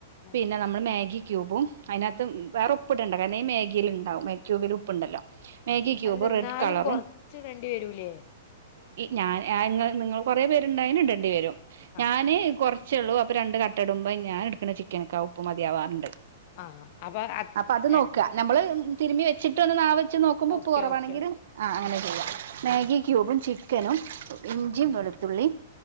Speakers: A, on the left (about 45°); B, on the right (about 65°).
A: ആ
B: പിന്നെ നമ്മള് മാഗി ക്യൂബും അതിനാത്ത് വേറെ ഉപ്പിട്ടണ്ട കാരണം ഈ മാഗിലിണ്ടാവും മാഗി ക്യൂബിൽ ഉപ്പുണ്ടല്ലോ മാഗി
A: ആഹ്
B: ക്യൂബ്
A: അല്ല എന്നാലും
B: റെഡ് കളറും
A: കൊറച്ച് ടണ്ടി വരൂലേ
B: ഞാന് അ നിങ്ങള് കൊറെ പേരുണ്ടായിന് ഇടേണ്ടി വരും
A: ആ
B: ഞാന് കുറ ഛെള്ളൂ അപ്പൊ രണ്ട് കട്ട ഇടുമ്പം ഞാൻ എടുക്ക്ണ ചിക്കനൊക്കെ ആ ഉപ്പ് മതിയാവാറുണ്ട്
A: ആഹ് അപ്പൊ ആഹ്
B: അപ്പൊ അത് നോക്കുക
A: ഞ
B: നമ്മള് തിരുമ്പി വച്ചിട്ട് ഒന്ന് നാവെച്ച് നോക്കുമ്പോ ഉപ്പ്
A: ഓക്കെ
B: കുറവാണെങ്കില്
A: ഓക്കെ ഓക്കെ
B: ആഹ് അങ്ങനെ
A: ആ
B: ചെയ്യാം
A: ഇടാം
B: മാഗി ക്യൂബും ചിക്കനും ഇഞ്ചിയും
A: ആ
B: വെളുത്തുള്ളി